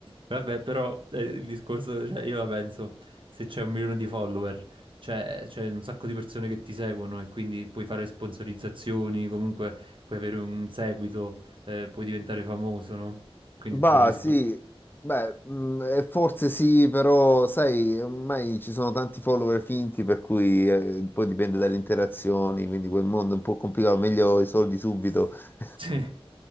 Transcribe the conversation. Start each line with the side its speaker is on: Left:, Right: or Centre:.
Right: vabbè, però eh, il discorso, cioè, io la penso, se c'è un milione di follower, c'è c'è un sacco di persone che ti seguono e quindi puoi fare sponsorizzazioni, comunque puoi avere un seguito, eh, puoi diventare famoso, no? Quindi
Left: Bah,
Right: preferisco.
Left: sì, beh, mh, eh, forse sì, però sai, ormai ci sono tanti follower finti, per cui eh, poi dipende dalle interazioni, quindi quel mondo è un po' complicato, meglio i soldi subito. <laughs>
Right: Sì.